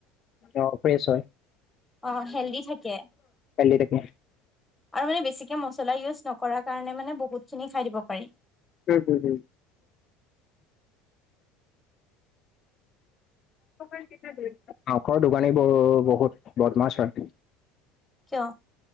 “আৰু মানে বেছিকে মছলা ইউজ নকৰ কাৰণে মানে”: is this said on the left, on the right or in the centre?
Centre